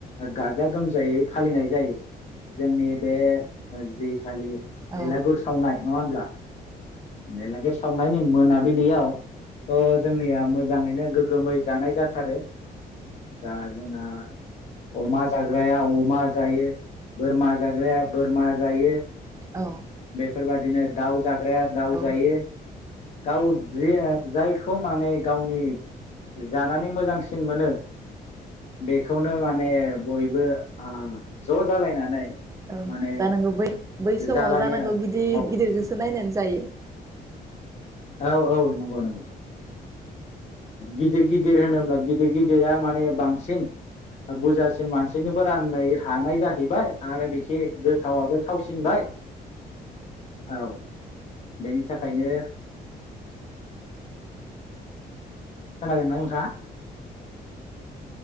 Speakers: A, on the left; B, on the right.
A: गाजा गोमजायै फालिनाय जायो जोंनि बे जि खालि
B: औ
A: भेलागुर सावनाय नङा हब्ला बेलागुब सावनायनि मोनाबिलियाव थ' जोंनिया मोजाङैनो गोग्गोमै जानाय जाथारो दा जोंना अमा जाग्राया अमा जायो बोरमा जाग्राया बोरमा जायो
B: औ
A: बेफोरबायदिनो दाउ जाग्राया दाउ
B: औ
A: जायो गाव जाय खौ माने गावनि जानानै मोजांसिन मोनो बेखौनो माने बयबो ज' जालायनानै
B: औ
A: माने
B: जानांगौ बै बै समाव
A: जालायो
B: जानांगौ गिदिर
A: औ
B: गिदिर गोसो नायनानै जायो
A: औ औ नंगौ नंगौ गिदिर गिदिर होनोब्ला गिदिर गिदिरा माने बांसिन बुरजासिन मानसिनिबो राननो हानाय जाहैबाय आरो बिखि गोथावाबो थावसिनबाय औ बेनि थाखायनो खोनादों ना नोंथांआ